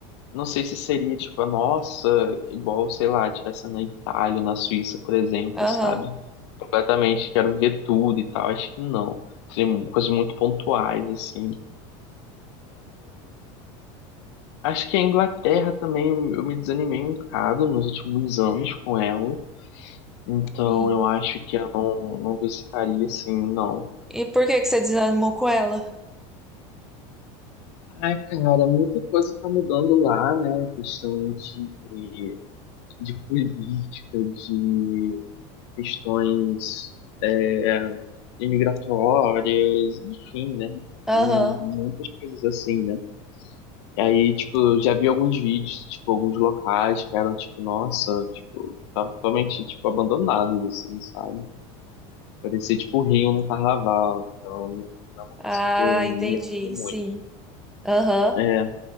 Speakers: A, on the left; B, in the centre.
A: não sei se seria tipo a nossa, igual, sei lá, tivesse na Itália ou na Suíça, por exemplo,
B: Aham.
A: sabe? Completamente quero ver tudo e tal, acho que não. Seriam coisas muito pontuais assim. Acho que a Inglaterra também eu me desanimei um bocado nos últimos anos com ela. Então
B: Sim.
A: eu acho que eu não, não visitaria assim, não.
B: E por que que você desanimou com ela?
A: Ai, cara, muita coisa tá mudando lá, né? Questão de, de política, de questões é, imigratórias, enfim, né?
B: Aham.
A: Hum, Muitas coisas assim, né? E aí, tipo, eu já vi alguns vídeos, tipo, alguns locais que eram, tipo, nossa, tipo, tava totalmente, tipo, abandonados, assim, sabe? Parecia, tipo, Rio no carnaval. Então, não não é uma
B: Ah,
A: coisa que eu me
B: entendi.
A: animo muito.
B: Sim. Aham.
A: É.